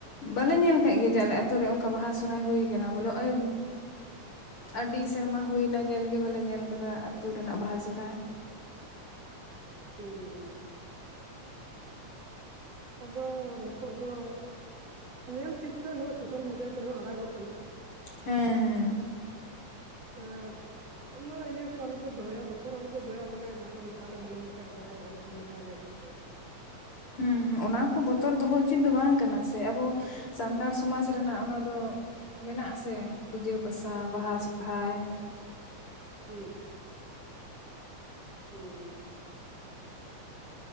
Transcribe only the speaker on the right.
ᱦᱸᱻ ᱟᱫᱚ ᱱᱤᱛᱚᱜ ᱫᱚ ᱧᱮᱞ ᱪᱮᱫ ᱯᱮ ᱱᱚᱜᱼᱚᱭ ᱥᱳᱥᱟᱞ ᱢᱤᱰᱤᱭᱟ ᱠᱚᱨᱮ ᱦᱚᱸ ᱟᱲᱟ ᱜᱚᱜ ᱠᱟᱱᱟ ᱾
ᱟᱨ, ᱚᱱᱟ ᱤᱭᱟᱹ ᱠᱚ ᱟᱞᱚᱯᱮ ᱫᱚᱦᱚᱭᱟ ᱵᱚᱛᱚᱨ ᱟᱞᱚᱯᱮ ᱫᱚᱦᱚᱭᱟ ᱵᱚᱞᱮ ᱡᱟᱦᱟᱱᱟᱜ ᱱᱚᱝᱠᱟᱞ ᱞᱮ ᱢᱟᱱᱟᱣ ᱞᱮᱠᱷᱟᱡ ᱡᱟᱦᱟᱸᱭ ᱡᱟᱦᱟᱱᱟᱜ ᱠᱚ ᱢᱮᱛᱟ ᱞᱮᱭᱟ ᱥᱮ ᱪᱮᱫ᱾
ᱦᱩᱸ
ᱦᱩᱸ ᱦᱩᱸ